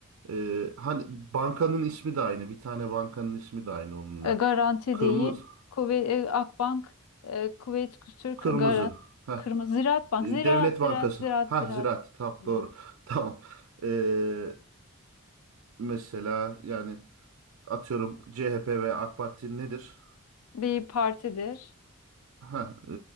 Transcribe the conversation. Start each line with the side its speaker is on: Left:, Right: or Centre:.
Right: Ee, hani bankanın ismi de aynı. Bir tane bankanın ismi de aynı onunla.
Left: e, garanti
Right: Kırmızı.
Left: değil. Kuvvet, e, Akbank, e, Kuveyt Türk
Right: Kırmızı.
Left: Garanti,
Right: Ha,
Left: Kırmızı Ziraat Bank,
Right: e,
Left: Ziraat,
Right: Devlet
Left: Ziraat,
Right: Bankası.
Left: Ziraat,
Right: Ha,
Left: Ziraat.
Right: Ziraat. Tamam
Left: Evet.
Right: doğru. <laughs> Tamam. Ee, mesela yani atıyorum CHP ve AK Parti nedir?
Left: Bir partidir.
Right: Ha, e,